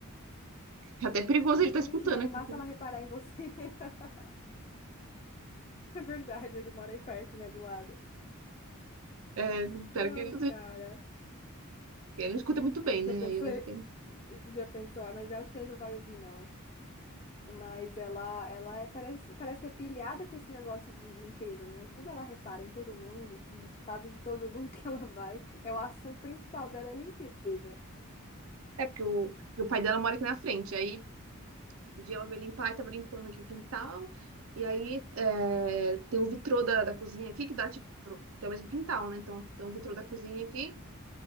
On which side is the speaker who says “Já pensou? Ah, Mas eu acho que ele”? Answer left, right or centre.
Left